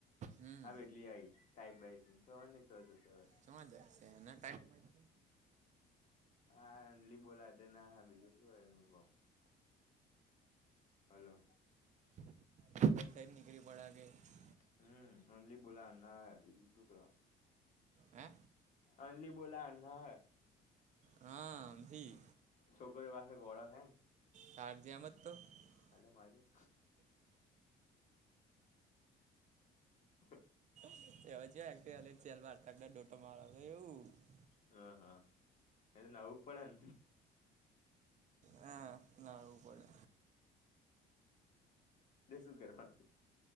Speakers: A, on the right; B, on the left.
A: હમ
B: આવે એટલી આઈ. ટાઈપ બાઈ તો થવાની જ છે, જશે હવે.
A: ચ્યો જશે? એનો ટાઇમ <unintelligible>
B: હા અંજલી બોલાવે તેના હારુ. જતો રેત ની તો. <unintelligible> હલો!
A: <unintelligible>
B: હમ અંજલી બોલાવે, ના આયે. બીજું શું કહ
A: હે
B: અંજલી બોલાવે. નહે
A: હા ભી.
B: છોકરો પાસે ગોળો હે
A: તારી જેમ જ તો. <unintelligible>
B: અલ્યા મારી જેમ! <unintelligible>
A: <unintelligible>
B: હ હ. એ ત નવું જ પડે ન!
A: હા, નાવુ પડે.
B: શું કરવાનું